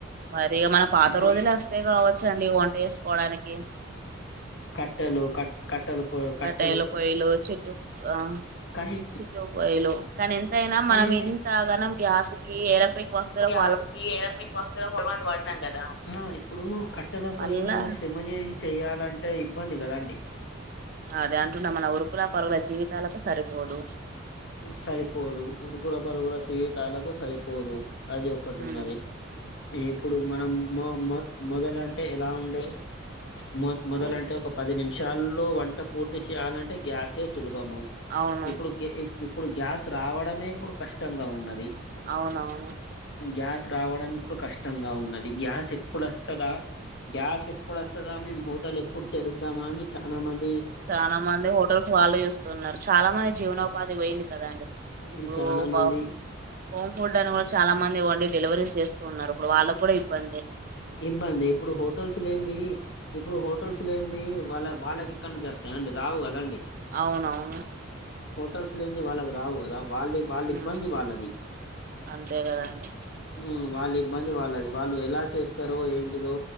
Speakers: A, on the right (about 45°); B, on the left (about 60°).
A: మరి మన పాత
B: ఇప్పుడు
A: రోజులె వొస్తాయ్ కావొచ్చు అండి వంట చేసుకోడానికి
B: కట్టెలు కట్ కట్టెలు పో
A: కటాయిలో
B: కట్టెలు
A: పోయిలు చుట్టు ఆహ్
B: కానీ
A: చుట్టూ పోయిలు కానీ ఎంతయినా
B: కానీ
A: మనం ఇంతాగానం గ్యాస్ కి ఎలక్ట్రిక్ వస్తువులక్
B: గ్యాస్ కి ఎలక్ట్రిక్‌ వస్తువులకి పొడవాటి కదా అహ్ ఇప్పుడు కట్టెల
A: మళ్ళా
B: పొయ్యి మీద శ్రమ జేసి చెయాలంటే ఇబ్బంది గదండి
A: అదే అంటున్న మన ఉరుకుల పరుగుల జీవితాలకు సరిపోదు
B: హ్మ సరిపోదు ఉరుకుల పరుగుల శివితాలకు సరిపోదు అది ఒక్కటి
A: ఉమ్
B: ఉన్నది ఇప్పుడు మనం మొ-మొ-మొదలంటే ఎలా ఉండే మొ-మొదలంటే
A: అవును
B: ఒక పది నిమిషాల్లో వంట పూర్తి చేయాలంటే గ్యాసే సులువ్ బము
A: అవును
B: ఇప్పుడుకి ఇ-ఇప్పుడు గ్యాస్ రావడమే ఇప్పుడు కష్టంగా ఉన్నది
A: అవునవును
B: గ్యాస్ రావడం ఇప్పుడు కష్టంగా ఉన్నది గ్యాస్ ఎప్పుడు వస్తదా గ్యాస్ ఎప్పుడు వస్తదా మేమ్ హోటల్ ఎప్పుడు తెరుద్దామా అని చానా మన్‌
A: చానా మంది హోటల్స్ వాళ్ళే చూస్తున్నారు చాలా మంది జీవనోపాధి పోయింది కదండి ఇప్పుడు
B: చాలా మంది
A: బా హోమ్ ఫుడ్ అని కూడా చాలా మంది వండి డెలివరీస్ చేస్తూ ఉన్నారు ఇప్పుడు వాళ్ళకి గూడా ఇబ్బందే
B: ఇబ్బందే ఇప్పుడు హోటల్స్ లేందీ ఇప్పుడు హోటల్స్ లేందీ వాళ్ళ వాళ్ళకి ఎక్కనుంచి వస్తాయి అండి రావు కదండి
A: అవునవును
B: హోటల్స్ లేంది వాళ్ళకి రావు కదా వాళ్ళి వాళ్ళిబ్బంది
A: ఉమ్,
B: వాళ్ళది
A: అంతే కదండి
B: ఉమ్ వాళ్ళి ఇబ్బంది వాళ్ళది వాళ్ళు ఎలా చేస్తారో ఏంటిదో